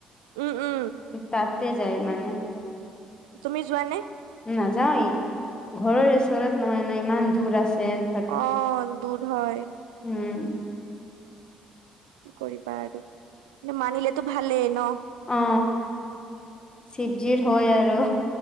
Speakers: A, on the right; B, on the left.
A: উম উম
B: তাতে যায় মানে।
A: তুমি যোৱা নে?
B: নাযাওয়ে, ঘৰৰ ওচৰত নহয় ন? ইমান দূৰ আছে। তাত
A: অ, দূৰ হয়।
B: উম।
A: কি কৰিবা আৰু। কিন্ত মানিলেতো ভালেই ন?
B: অ, শিৱজিৰ হয় আৰু।